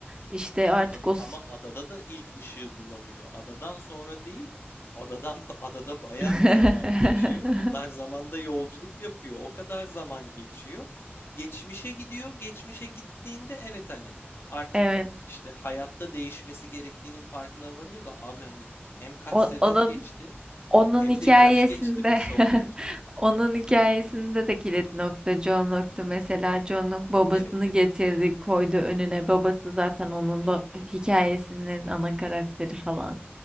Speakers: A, on the right; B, on the left.
A: işte artık
B: Adada,
A: o s-
B: ama adada da ilk ışığı bulamıyor. Adadan sonra değil, adadan da adada bayağı
A: <laughs>
B: bir zaman geçiyor. Bunlar zamanda yolculuk yapıyor. O kadar zaman geçiyor. Geçmişe gidiyor. Geçmişe gittiğinde evet hani artık
A: evet
B: işte hayatta değişmesi gerektiğinin farkına varıyor da abi hani hem kaç
A: o,
B: sezon
A: onun
B: geçti
A: Onun
B: hem
A: hikayesinde
B: de yaş geçti be Sawyer.
A: <laughs> onun hikayesinde de kilit nokta John Locke'tu. Mesela John Locke babasını
B: Evet,
A: getirdi, koydu önüne. Babası zaten onun
B: evet,
A: ba- hikayesinin ana karakteri falan.